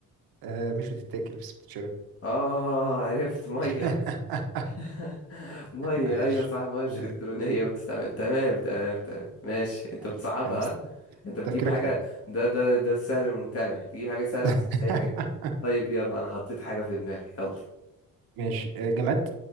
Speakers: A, on the right; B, on the left.
A: آه، مش بتتاكل بس بتتشرب
B: اه عرفت ميه
A: <laughs>
B: <laughs> ميه
A: عاش
B: ايوه صح ميه مش
A: آه،
B: الكترونيه بتستعمل تمام تمام تمام ماشي انت
A: حلو
B: بتصعبها
A: حلو، بس
B: ها؟ انت بتجيب
A: تفكيرك
B: حاجه
A: حلو
B: ده ده ده السهل الممتنع تجيب حاجه سهله
A: <laughs>
B: بس مستحيل اجيبها طيب يلا انا حطيت حاجه في دماغي يلا
A: ماشي آه، جماد